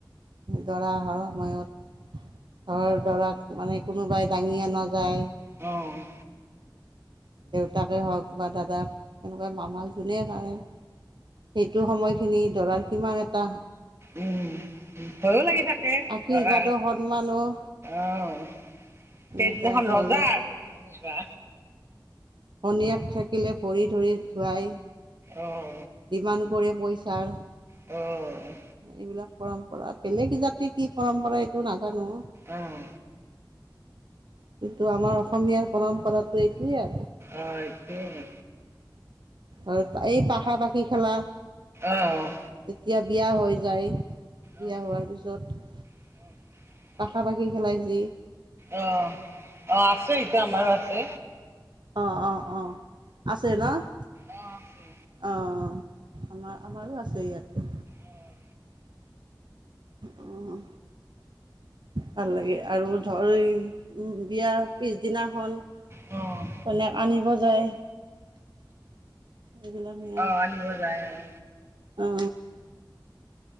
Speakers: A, on the right; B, on the right.
A: দৰা অহাৰ সময়ত, ধৰ দৰাক মানে কোনোবাই দাঙি আনা যায়।
B: অ'।
A: দেউতাকে হওঁক বা দাদাক, এনেকুৱা মামাক যোনেই পাৰে। সেইটো সময়খিনি দৰাৰ কিমান এটা।
B: উম' ভয়ো লাগি থাক।
A: আশীৰ্বাদো
B: তাকে,
A: সন্মানো
B: অ'।
A: এনেকুৱা
B: সেইদিনাখন
A: ধৰ
B: ৰজা আৰু যেনিবা।
A: পনিয়াক থাকিলে, ভৰি ধৰি ধুৱাই।
B: অঁ।
A: ডিমাণ্ড কৰে পইচাৰ।
B: অ'।
A: এইবিলাক পৰম্পৰা, বেলেগ জাতিৰ কি পৰম্পৰা এইটো নাজানো।
B: অ',
A: কিন্তু আমাৰ অসমীয়াৰ পৰম্পৰাটো এইটোৱেই আৰু।
B: অ' এইটোয়ে।
A: আৰু এই পাশা পাখি খেলা।
B: অ'।
A: যেতিয়া বিয়া হৈ যায়, বিয়া
B: অ',
A: হোৱাৰ পিছত।
B: <unintelligible>
A: পাশা পাশি খেলাই যি।
B: অ', আছে এতিয়া আমাৰো আছে।
A: অ' অ' অ' আছে ন'।
B: অ' আছে।
A: অঁ আমাৰ, আমাৰো আছে ইয়াতে।
B: অ',
A: অঁ। ভাল লাগে, আৰু ধৰ উম' বিয়া পিছদিনাখন।
B: অঁ।
A: কইনাক আনিব যায় এইবিলাক নিয়ম
B: অঁ আনিব যায় অঁ।
A: অ।